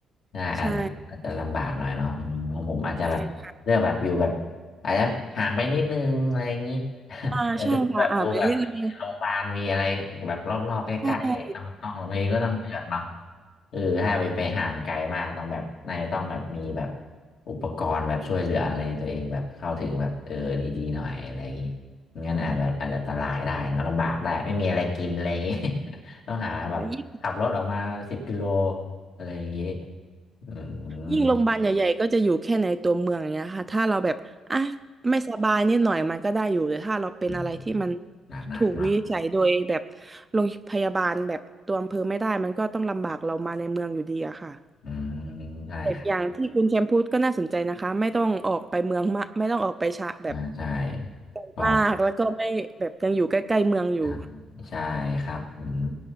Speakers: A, on the left; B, on the right.
A: ใช่อาจแบบอาจจะลำบากหน่อยเนาะอืมของผมอาจจะแบบเลือกแบบอยู่แบบ
B: ใช่ใช่ค่ะ
A: อาจจะห่างไปนิดนึงอะไรอย่างนี้ <laughs>
B: อ่าใช่ค่ะอ่าไปนิดนึง
A: แต่ดูแบบดูแบบมีโรงพยาบาลมีอะไรแบบรอบๆใกล้ๆต้องต้องบางก็ต้องเลือกเนาะ
B: ใช่ใช่
A: เออถ้าไปไปห่างไกลมากต้องแบบน่าจะต้องแบบมีแบบอุปกรณ์แบบช่วยเหลืออะไรตัวเองแบบเข้าถึงแบบเออดีๆหน่อยอะไรอย่างนี้งั้นอาจจะอาจจะอันตรายได้เนาะลำบากได้ไม่มีอะไรกินอะไรอย่างนี้ <laughs> ต้องหาแบบขับรถออกมาสิบกิโล
B: ใช่ยิ่ง
A: อะไรอย่างนี้ อืม
B: ยิ่งโรงพยาบาลใหญ่ๆก็จะอยู่แค่ในตัวเมืองอย่างเงี้ยค่ะถ้าเราแบบอ่ะไม่สบายนิดหน่อยมันก็ได้อยู่แต่ถ้าเราเป็นอะไรที่มัน
A: หนักหนักหนักเนาะ
B: ถูกวินิจฉัยโดยแบบโรงพยาบาลแบบตัวอำเภอไม่ได้มันก็ต้องลำบากเรามาในเมืองอยู่ดีอะค่ะ
A: อืมใช่ครับ
B: แต่อย่างที่คุณแชมป์พูดก็น่าสนใจนะคะไม่ต้องออกไปเมืองมากไม่ต้องออกไปชะแบบ
A: อ่าใช่
B: ไกลมากแล้วก็ไม่แบบยังอยู่ใกล้ๆเมืองอยู่
A: พอทำใช่ครับอืม